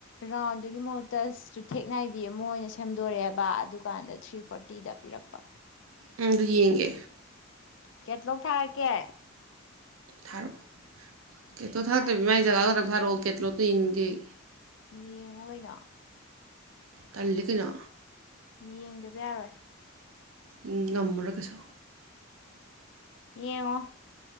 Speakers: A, on the left; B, on the right.
A: ꯔꯥꯎꯟꯗꯨꯒꯤ ꯃꯍꯨꯠꯇ ꯆꯨꯊꯦꯛ ꯅꯥꯏꯕꯤ ꯑꯃ ꯑꯣꯏꯅ ꯁꯦꯝꯗꯣꯔꯛꯑꯦꯕ ꯑꯗꯨ ꯀꯥꯟꯗ ꯊ꯭ꯔꯤ ꯐꯣꯔꯇꯤꯗ ꯄꯤꯔꯛꯄ
B: ꯎꯝ ꯑꯗꯨ ꯌꯦꯡꯒꯦ
A: ꯀꯦꯠꯂꯣꯛ ꯊꯥꯔꯛꯀꯦ
B: ꯊꯥꯔꯛꯑꯣ ꯀꯦꯇꯂꯣꯡ ꯊꯥꯔꯛꯇꯕꯤ
A: ꯊꯥꯔꯛꯀꯦ
B: ꯃꯥꯏ ꯖꯒꯥ ꯈꯛꯇꯪ ꯊꯥꯔꯛꯑꯣ ꯀꯦꯇꯂꯣꯠꯇꯣ ꯌꯦꯡꯅꯤꯡꯗꯦ ꯑꯩ
A: ꯌꯦꯡꯉꯨ ꯀꯩꯅꯣ
B: ꯇꯜꯂꯤ ꯀꯩꯅꯣ
A: ꯌꯦꯡꯗꯕ ꯌꯥꯔꯣꯏ
B: ꯎꯝ ꯉꯝꯃꯥꯔꯣꯏ ꯀꯩꯁꯨ
A: ꯌꯦꯡꯉꯣ